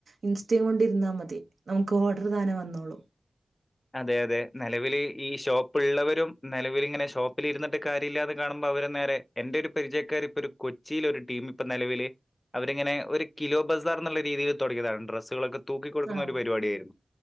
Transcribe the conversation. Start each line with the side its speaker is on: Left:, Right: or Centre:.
Right: ഇൻസ്റ്റാകൊണ്ടിരുന്നാൽ മതി. നമുക്ക് ഓർഡർ താനെ വന്നോള്ളും.
Left: അതെ അതെ, നിലവിൽ ഈ ഷോപ്പുള്ളവരും നിലവിലങ്ങനെ ഷോപ്പിലിരുന്നിട്ട് കാര്യല്ലാതെ കാണുമ്പോൾ അവർ നേരെ എന്റെ ഒരു പരിചയക്കാര്പ്പൊ ഒരു കൊച്ചിൽ ഒരു ടീംപ്പൊ നിലവില് അവരിങ്ങനെ ഒരു കിലോ ബസാർന്നുള്ള രീതിയിൽ തുടങ്ങിയതാണ്. ഡ്രസ്സുകളൊക്കെ തൂക്കി കൊടുക്കുന്നരു
Right: ആഹ്
Left: പരിപാടിയായിരുന്നു.